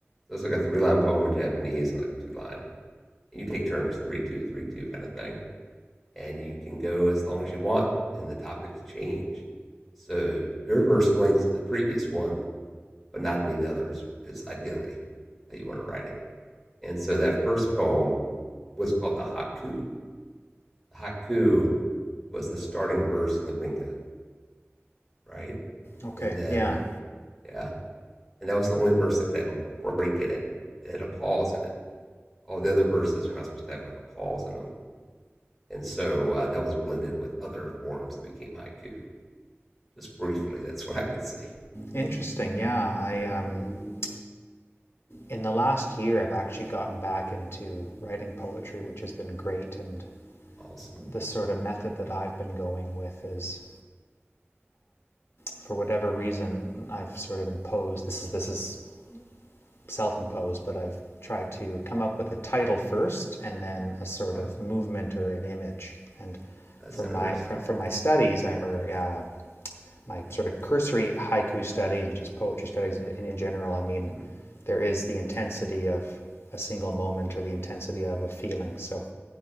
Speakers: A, in the centre; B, on the left.
A: So it's like a three line poem in Japanese and like a two line. And You take turns, three two, three two kind of thing and you can go as long as you want, and the topics change. So your verse links to the previous one, but not any of the others, is ideally how you want to write it. And so that first poem was called the haiku. The haiku was the starting verse in the Ringa, right?
B: okay,
A: And then,
B: yeah,
A: yeah, and that was the only verse that could have a break in it. It had a pause in it. All the other verses are not supposed to have like a pause in them. And so uh, that was blended with other forms and became haiku. Just briefly, that's what I could say.
B: interesting. Yeah, I um, in the last year I've actually gotten back into writing poetry, which has been great, and
A: Awesome.
B: the sort of method that I've been going with is for whatever reason, I've sort of imposed this is this is self-imposed, but I've tried to come up with a title first and then a sort
A: Ah,
B: of movement or an image. And
A: that's
B: from
A: interesting.
B: my from, from my studies, I, or uh, my sort of cursory haiku study and just poetry studies in, in general, I mean,
A: Hmm.
B: there is the intensity of a single moment or the intensity of a feeling. So,